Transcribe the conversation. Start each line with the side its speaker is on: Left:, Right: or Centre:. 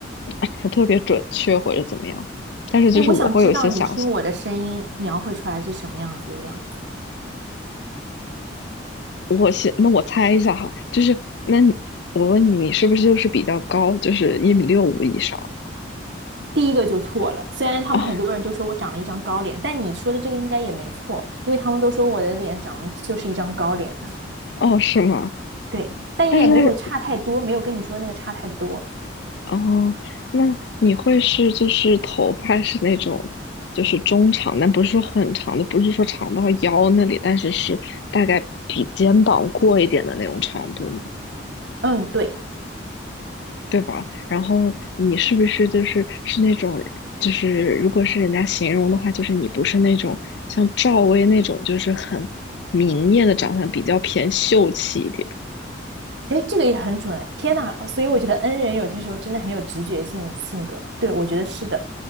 Left: <laughs> 特别准确或者怎么样，但是就是我会有些想象，
Right: 哎，我想知道你听我的声音描绘出来是什么样子的样子。
Left: 我先那我猜一下哈，就是那你我问你，你是不是就是比较高，就是一米六五以上？
Right: 第一个就错了，虽然他们很多人都说我长了一张高脸，
Left: <laughs> 哦
Right: 但你说的这个应该也没错，因为他们都说我的脸长得就是一张高脸，
Left: 哦，是吗？
Right: <laughs> 对，但也没有差太多，
Left: 但是它是
Right: 没有跟你说那个差太多。
Left: 哦，那你会是就是头发是那种就是中长，但不是说很长的，不是说长到腰那里，但是是大概比肩膀过一点的那种长度吗？
Right: 嗯，对。
Left: 对吧？然后你是不是就是是那种，就是如果是人家形容的话，就是你不是那种像赵薇那种，就是很明艳的长相，比较偏秀气一点。
Right: 哎，这个也很准哎！天呐，所以我觉得 N 人有些时候真的很有直觉性性格。对，我觉得是的。